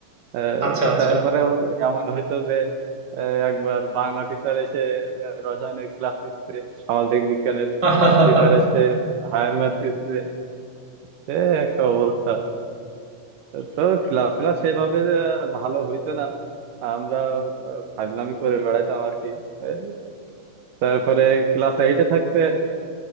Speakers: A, on the right; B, on the right.
A: আহ,
B: আচ্ছা আচ্ছা
A: তারপরেও এমন হইতো যে আহ, একবার বাংলা টিচার এসে আহ, রসায়নের ক্লাস নিচ্ছে সামাজিক বিজ্ঞানের
B: <laughs>
A: টিচার এসে হায়ার ম্যাথ দিচ্ছে সে একটা অবস্থা তো ক্লাস ক্লাস সেভাবে আহ, ভালো হইতো না আমরা আহ, ফাজলামি করে বেড়াইতাম আর কি আহ, তারপরে ক্লাস এইটে থাকতে